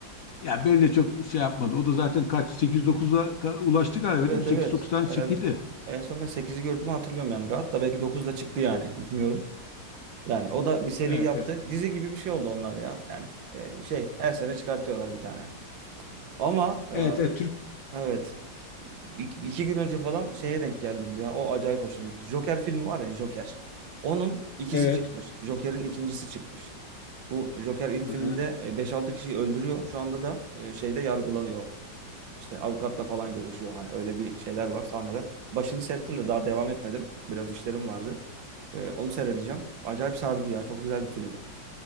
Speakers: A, on the left; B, on the right.
A: Ya beni de çok şey yapmadı. O da zaten kaç? 8-9'a ka- ulaştı galiba
B: Evet
A: değil mi? 8-9
B: evet
A: tane
B: herhalde.
A: çekildi.
B: En son ben sekizi gördüğümü hatırlıyorum yani. Hatta belki 9 da çıktı yani <laughs> bilmiyorum. Yani o da bir seri
A: Evet
B: yaptı.
A: evet.
B: Dizi gibi bir şey oldu onlar ya. Yani e, şey her sene çıkartıyorlar bir tane. Ama e,
A: Evet evet Türk.
B: Evet. İki, iki gün önce falan şeye denk geldim ya. O acayip hoşuma gitti. Joker filmi var ya Joker. Onun ikisi
A: Evet.
B: çıkmış. Joker'in ikincisi çıkmış. Bu Joker ilk filmde
A: Aha.
B: e, 5-6 kişiyi öldürüyor. Şu anda da e, şeyde yargılanıyor. İşte avukatla falan görüşüyor. Hani öyle bir şeyler var sahneler. Başını seyrettim de daha devam etmedim. Biraz işlerim vardı. E, Onu seyredeceğim. Acayip sardı ya. Çok güzel bir film.